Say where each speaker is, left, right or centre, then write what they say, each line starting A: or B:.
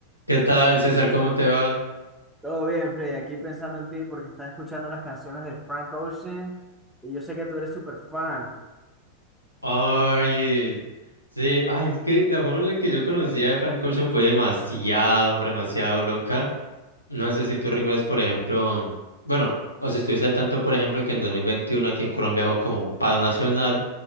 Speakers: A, on the left; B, in the centre.
A: ¿Qué tal, César? ¿Cómo te va?
B: Todo bien, Freddy. Aquí pensando en ti porque estaba escuchando las canciones de Frank Ocean y yo sé que tú eres súper fan.
A: Ay, sí, ay, es que la forma en la que yo conocí a Frank Ocean fue demasiado, pero demasiado loca. No sé si tú recuerdas, por ejemplo, bueno, o si estuviste al tanto, por ejemplo, que en 2021 aquí en Colombia hubo como un paro nacional,